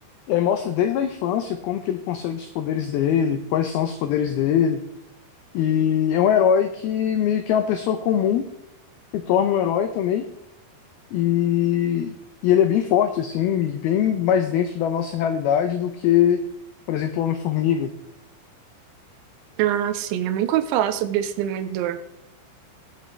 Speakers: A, on the left; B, on the right.
A: E aí mostra desde a infância como que ele consegue os poderes dele, quais são os poderes dele. E é um herói que meio que é uma pessoa comum, se torna um herói também. E, e ele é bem forte, assim, e bem mais dentro da nossa realidade do que, por exemplo, o Homem-Formiga.
B: Ah, sim, eu nunca ouvi falar sobre esse Demolidor.